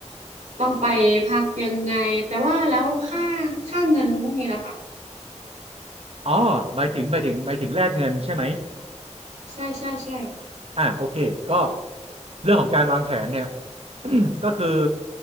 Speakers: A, on the right (about 70°); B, on the right (about 55°).
A: ต้องไปพักยังไงแต่ว่าแล้วค่าค่าเงินพวกนี้ล่ะค่ะ
B: อ๋อหมายถึงหมายถึงหมายถึงแลกเงินใช่ไหม
A: ใช่ใช่ใช่
B: อ่าโอเคก็เรื่องของการวางแผนเนี่ย <clears throat> ก็คือ